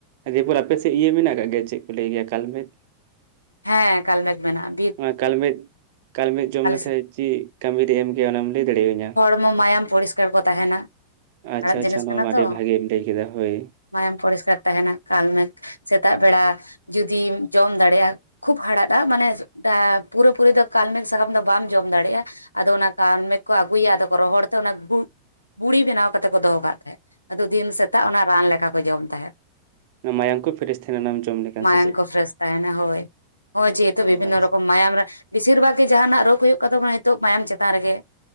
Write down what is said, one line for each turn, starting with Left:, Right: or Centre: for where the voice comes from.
Right: ᱦᱚᱡᱤᱯᱩᱨ ᱟᱯᱮᱥᱮᱫ ᱤᱭᱟᱹ ᱢᱮᱱᱟᱜ ᱟᱠᱟᱫ ᱜᱮᱭᱟ ᱪᱮᱫ ᱠᱚ ᱞᱟᱹᱭ ᱜᱮᱭᱟ ᱠᱟᱞᱢᱮᱪ?
Left: ᱦᱮᱸ ᱠᱟᱞᱢᱮᱠ ᱢᱮᱱᱟᱜ-ᱟ᱾
Right: ᱦᱚᱸᱜᱼᱚᱭ ᱠᱟᱞᱢᱮᱪ, ᱠᱟᱞᱢᱮᱪ ᱡᱚᱢ ᱞᱮᱠᱷᱟᱡ
Left: ᱥᱮᱫ
Right: ᱪᱤᱜ ᱠᱟᱹᱢᱤᱨᱮ ᱮᱢᱜᱮᱭᱟ ᱚᱱᱟᱢ ᱞᱟᱹᱭ ᱫᱟᱲᱮᱭᱟᱹᱧᱟ?
Left: ᱦᱚᱲᱢᱚ ᱢᱟᱭᱟᱢ ᱯᱚᱨᱤᱥᱠᱟᱨ ᱠᱚ ᱛᱟᱦᱮᱱᱟ᱾
Right: ᱟᱪᱪᱷᱟ
Left: ᱟᱲᱟᱜ
Right: ᱟᱪᱪᱷᱟ,
Left: ᱡᱤᱱᱤᱥ
Right: ᱱᱚᱣᱟ
Left: ᱠᱟᱱᱟ
Right: ᱢᱟ
Left: ᱛᱚ
Right: ᱟᱹᱰᱤ ᱵᱷᱟᱜᱤᱢ ᱞᱟᱹᱭ ᱠᱮᱫᱟ ᱦᱳᱭ᱾
Left: ᱢᱟᱭᱟᱢ ᱯᱚᱨᱤᱥᱠᱟᱨ ᱛᱟᱦᱮᱱᱟ ᱠᱟᱞᱢᱮᱠ ᱥᱮᱛᱟᱜ ᱵᱮᱲᱟ ᱡᱩᱫᱤᱢ ᱡᱚᱢ ᱫᱟᱲᱮᱭᱟᱜᱼᱟ᱾ ᱠᱷᱩᱵ ᱦᱟᱲᱟᱫᱼᱟ, ᱢᱟᱱᱮ ᱟᱸ ᱯᱩᱨᱟᱹ ᱯᱩᱨᱤ ᱫᱚ ᱠᱟᱞᱢᱮᱡ ᱥᱟᱠᱟᱢ ᱫᱚ ᱵᱟᱢ ᱡᱚᱢ ᱫᱟᱲᱮᱭᱟᱜᱼᱟ᱾ ᱟᱫᱚ ᱚᱱᱟ ᱠᱟᱞᱢᱮᱠ ᱠᱚ ᱟᱹᱜᱩᱭᱟ ᱟᱫᱚ ᱨᱚᱦᱚᱲ ᱛᱮ ᱵᱩ ᱵᱩᱲᱤ ᱵᱮᱱᱟᱣ ᱠᱟᱛᱮ ᱠᱚ ᱫᱚᱦᱚ ᱠᱟᱜ ᱛᱟᱦᱮᱸᱫ᱾ ᱟᱫᱚ ᱫᱤᱱ ᱥᱮᱛᱟᱜ ᱚᱱᱟ ᱨᱟᱱ ᱞᱮᱠᱟ ᱠᱚ ᱡᱚᱢ ᱛᱟᱦᱮᱸᱫ᱾
Right: ᱢᱟᱭᱟᱝ ᱠᱚ ᱯᱷᱨᱮᱥ ᱛᱟᱦᱮᱱᱟ ᱚᱱᱟᱢ ᱡᱚᱢ ᱞᱮᱠᱷᱟᱱ
Left: ᱢᱟᱭᱟᱝ
Right: ᱥᱮ ᱪᱮᱫ
Left: ᱠᱚ ᱯᱷᱨᱮᱥ ᱛᱟᱭᱱᱟ ᱦᱳᱭ᱾ ᱦᱚᱸᱜ-ᱚᱭ ᱡᱮ ᱦᱤᱛᱚᱜ
Right: ᱚ
Left: ᱵᱤᱵᱷᱤᱱᱱᱚ
Right: ᱟᱪᱪᱷᱟ
Left: ᱨᱚᱠᱚᱢ ᱢᱟᱭᱟᱢ ᱨᱮ ᱵᱮᱥᱤᱨ ᱵᱷᱟᱜᱽ ᱜᱮ ᱡᱟᱦᱟᱱᱟᱜ ᱨᱳᱜᱽ ᱦᱩᱭᱩᱜ ᱠᱟᱱ ᱛᱟᱵᱚᱱᱟ ᱱᱤᱛᱳᱜ ᱢᱟᱭᱟᱢ ᱪᱮᱛᱟᱱ ᱨᱮᱜᱮ᱾